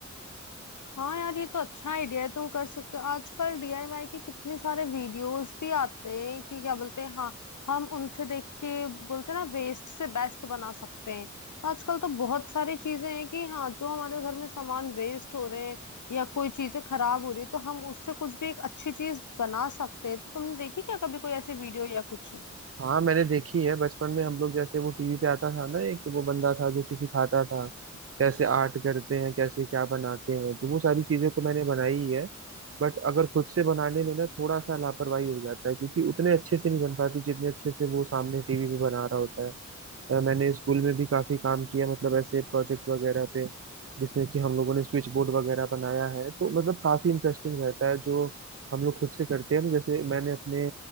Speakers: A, on the left (about 75°); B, on the right (about 50°).
A: हाँ यार ये तो अच्छा आइडिया है तुम कर सकते हो आजकल डीआईवाई के कितने सारे वीडियोस भी आते हैं कि क्या बोलते हैं हाँ हम उनसे देख के बोलते हैं ना वेस्ट से बेस्ट बना सकते हैं आजकल तो बहुत सारी चीजें हैं कि हाँ जो हमारे घर में सामान वेस्ट हो रहे हैं या कोई चीजें खराब हो रही है तो हम उससे कुछ भी एक अच्छी चीज बना सकते हैं तो तुमने देखी क्या कभी कोई ऐसी वीडियो या कुछ
B: हाँ मैंने देखी है बचपन में हम लोग जैसे वो टीवी पे आता था ना एक वो बंदा था जो किसी खाता था कैसे आर्ट करते हैं कैसे क्या बनाते हैं तो वो सारी चीजें तो मैंने बनाई ही है बट अगर खुद से बनाने में ना थोड़ा सा लापरवाही हो जाता है क्योंकि उतने अच्छे से नहीं बन पाती जितने अच्छे से वो सामने टीवी पे बना रहा होता है अ, मैंने स्कूल में भी काफी काम किया मतलब ऐसे प्रोजेक्ट वगैरह पे जिसमें कि हम लोगों ने स्विच बोर्ड वगैरह बनाया है तो मतलब काफी इंटरेस्टिंग रहता है जो हम लोग खुद से करते हैं ना जैसे मैंने अपने